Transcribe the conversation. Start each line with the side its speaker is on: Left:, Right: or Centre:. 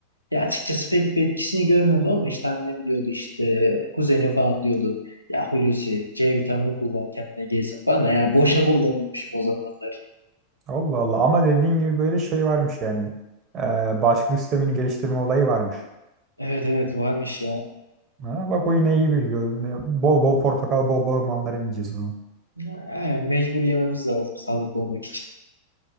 Left: Ya açıkçası pek bir etkisini görmedim ama işte annem diyordu işte kuzeni falan diyordu. Ya Hulusi C vitamini kullan kendine gelsin falan da ya boşa kullanıyormuşum o zamanlar.
Right: Allah Allah ama dediğin gibi böyle şey varmış yani. Ee, bağışıklık sistemini geliştirme olayı varmış.
Left: Evet evet varmış ya.
Right: Ha, bak o yine iyi bir görüntü. Bol bol portakal bol bol mandalina yiyeceğiz o zaman.
Left: Ya, mecbur yememiz lazım sağlıklı olmak için.